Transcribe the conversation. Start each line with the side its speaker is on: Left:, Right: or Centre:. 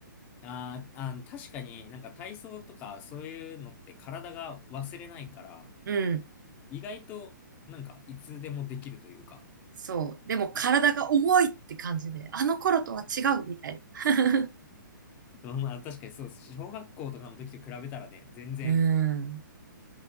Left: あーあー、確かになんか体操とかそういうのって体が忘れないから、
Right: うん。
Left: 意外と、なんか、いつでもできるというか。
Right: そう。でも体が重いって感じで、あの頃とは違うみたいな。
Left: まあまあ、確かにそうです。小学校とかの時と比べたらね、全然、
Right: <laughs> うん。